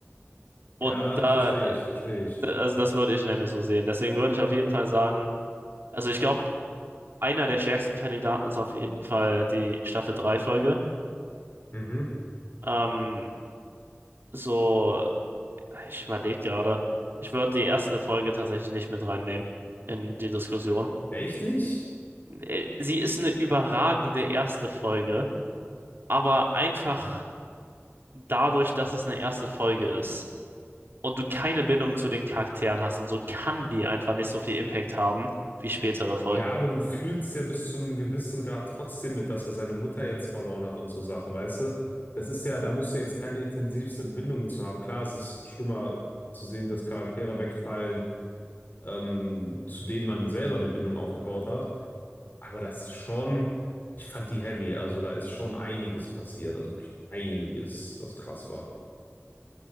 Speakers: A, on the right; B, on the left.
A: Und
B: ja,
A: da,
B: verstehe ich, verstehe ich.
A: also das würde ich nämlich so sehen. Deswegen würde ich auf jeden Fall sagen, also ich glaube, einer der stärksten Kandidaten ist auf jeden Fall die Staffel drei Folge.
B: Mhm.
A: Ähm, so, ich überlege gerade, ich würde die erste Folge tatsächlich nicht mit reinnehmen in die Diskussion.
B: Echt nicht?
A: Äh, Sie ist eine überragende erste Folge, aber einfach. dadurch, dass es eine erste Folge ist und du keine Bindung zu den Charakteren hast und so, kann die einfach nicht so viel Impact haben wie spätere
B: Ja,
A: Folgen.
B: aber du fühlst ja bis zu einem gewissen Grad trotzdem mit, dass er seine Mutter jetzt verloren hat und so Sachen, weißt du? Das ist ja, da musst du jetzt keine intensivste Bindung zu haben. Klar, es ist schlimmer zu sehen, dass Charaktere wegfallen, ähm, zu denen man selber eine Bindung aufgebaut hat. Aber das ist schon, ich fand die heavy, also da ist schon einiges passiert, also wirklich einiges, was krass war.